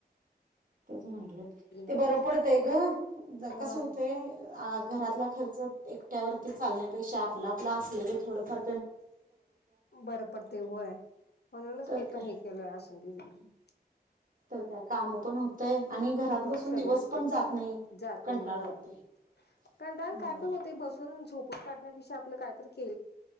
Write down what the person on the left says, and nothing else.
लागले
होय
बरं पडतंय होय म्हणूनच
मी
पण हे केलय असुंदे तिकडं. हम्म
हम्म
सगळंच
होते
जात
नाही होय.
कंटाळून काय पण होते बसून झोपून काडण्या पेक्षा आपलं काय तर के